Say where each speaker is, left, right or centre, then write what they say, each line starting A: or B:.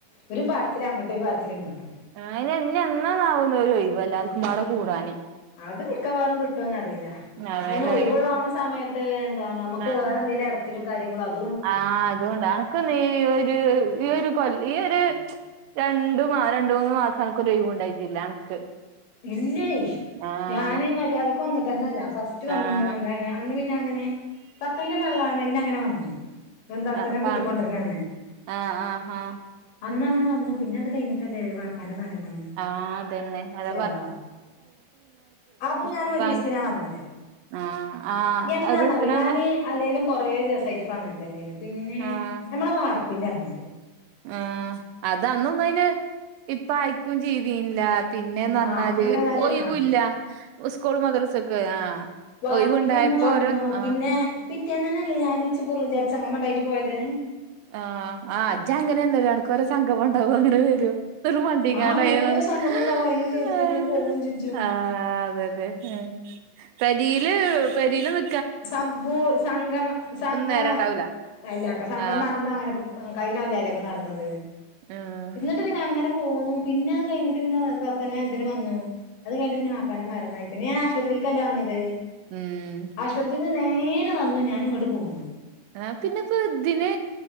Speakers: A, on the left (about 75°); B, on the right (about 80°).
A: ഒരു പാച്ചിലങ്ങട്ടും ഒരു പാച്ചിലിങ്ങട്ടും.
B: ആഹ് അയ്നെ ഇഞ്ഞിന്നാണാവോന്നൊരു ഒഴിവ് എല്ലാർക്കുപാടെ കൂടാന്?
A: അത് മിക്കവാറും കിട്ടോന്നറി ല്ല
B: അതേല്ലേ
A: അയിനൊഴിവുള്ളാവ്ണ സമയത്ത് എന്താണ് നമുക്ക്
B: ആഹ്
A: വേറെന്തെലും എടച്ചിലും കാര്യങ്ങളോ അ
B: ആഹ് അതുണ്ട് അനക്ക് നീ ഒര് ഈ ഒരു കൊല് ഈ ഒരു രണ്ട് മാ രണ്ട്, മൂന്ന് മാസം അനക്കൊരുഴിവുണ്ടായിട്ടില്ല അനക്ക്.
A: ഇല്ലേ
B: ആഹ്
A: ഞാന് മര്യാദക്ക് വന്നിട്ടെന്നെല്ല. ഫസ് റ്റു വന്നു
B: ആഹ്
A: എന്താണ് അന്ന് പിന്നെ അങ്ങനെ തത്തന്റെ പള്ളാണല്നങ്ങനെ വന്നു. എന്താത്തനെ
B: ആഹ് പ
A: കൂട്ടിക്കൊണ്ടര്ണന്ന്.
B: ആഹ് ആഹ് ആഹ്
A: അന്നങ്ങനെ വന്നു പിന്നെ അത് കഴിഞ്ഞട്ടല്ലേ വാപ്പാൻ്റെ മരണം.
B: ആഹ് അതന്നെ അത പ
A: നോ അതും ഞാൻ
B: ഇപ്പാന്റെ
A: ഒരീസ്ത്തിനാ വന്നത്.
B: ആഹ് ആഹ്
A: എന്നാന്നറിയോ
B: ഒരു എത്രന്ന്
A: ഞാന് അല്ലേലും കൊറേ ദിവസായിട്ട്പ്പ അങ്ങൻ തന്നേണ്. പിന്നെ
B: ആഹ്
A: നമ്മള വാർപ്പിന്റന്ന്
B: ആഹ് അതന്നും അയിന് ഇപ്പ അയിക്കും ചെയ്തീൻല്ല. പിന്നെന്നറ്‌ന്നാല്
A: ആഹ് അങ്ങനെ നല്ല
B: ഒയിവുല്ല
A: ആഹ്
B: സ്കൂൾ മദ്രസൊക്കെ ആഹ്.
A: വാർപ്പിന്റന്ന്
B: ഒഴിവുണ്ടായപ്പോ
A: വന്നു
B: ഓരോ ആഹ്
A: പിന്നെ പിറ്റേന്നനല്ലേ ഞാൻ ഇച്ച് പൂറുജ സംഗമണ്ടായിട്ട് പോയത്?
B: ആഹ് ആഹ് ഇജ്ജങ്ങനെന്നരാ അനക്കോരോ സംഘംമണ്ടാവു അങ്ങനെ വരും. മണ്ടിക്കാണ്ടയിനോന്ന്
A: ആഹ് ഓരോ സംഗമം ഉണ്ടാവും അയിനാണ്ട് വരും എന്നിട്ടാണ്ട്
B: ആഹ്
A: പോവും ചെജ്ജും
B: ആഹ് അതെന്നെ ഹെ പെരീല് പെരീല് നി
A: സംഭൂ സംഗമ സങ്
B: നേരണ്ടാവൂല
A: ആഹ് വെല്ലാത്ത സംഗമന്നങ്ങനെ
B: ആഹ്
A: പു ഉം കഴിഞ്ഞൊല്ലല്ലേ ഇപ്പ നടന്നത്.
B: ആഹ്
A: ട്ട് പിന്നെ അങ്ങനെ പോന്നു പിന്നെ അതു കഴിഞ്ഞിട്ട് പിന്നെ തത്തനെ ഇതിന് വന്നു. അത് കഴിഞ്ഞ്ട്ട് പിന്നെ വാപ്പാൻ്റെ മരണായി. പിന്നെ ഞാൻ ആശുപത്രീക്കല്ലേ വന്നത്.
B: ഉം.
A: ആശുപത്രീന്ന് നേരെ വന്നു ഞാനിങ്ങട്ട് പോന്നു.
B: ആ പിന്നെ ഇപ്പോ ഇതിന്